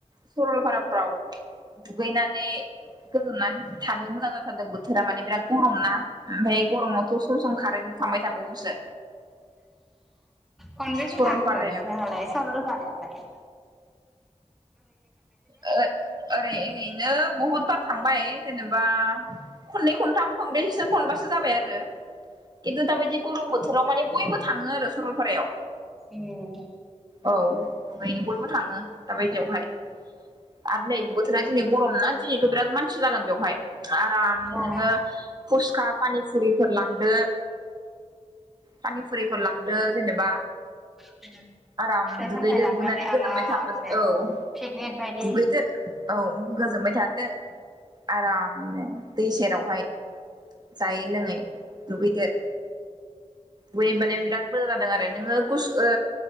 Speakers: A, on the right; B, in the centre.
A: सरलपाराफ्राव दुगैनानै गोजोननानै थानो मोजां जाथारदों बोथोरा माने बिराद गरम ना ओमफ्राय गरमाव सम खारेन्टबो थांबाय थाबावोसो
B: खनबेसे
A: सरलपारायाव
B: थांखो नोहालाय सरलफारायावलाय
A: ओ-ओरै ओरैनो बहुतबार थांबाय जेनेबा बा खननै खनथाम खनब्रै खनबासो जाबाय आरो एथु दाबायदि गरम बोथोराव माने बयबो थाङो आरो सरलपारायाव
B: ए।
A: औ दुगैनो बयबो थाङो दाबायदियावहाय आरो नै बोथोरा दिनै गरम ना दिनैथ' बिराद मानसि जागोन बेवहाय आरामनो
B: बा
A: नोङो फुसखा पानिफुरिफोर लांदो पानिफुरिफोर लांदो जेनेबा
B: फिथाइ
A: आराम
B: सामथाइ
A: दुगैदो
B: लांनानै
A: दुगैनानै गोजोमबाय
B: आरामसे
A: थाबोदो औ
B: पिकनिक बायदि
A: दुगैदो औ गोजोनबाय थादो आरामनो दै सेरावहाय जायै लोङै दुगैदो बे माने बिराद मोजां जादों आरो नोङो गुसु ओ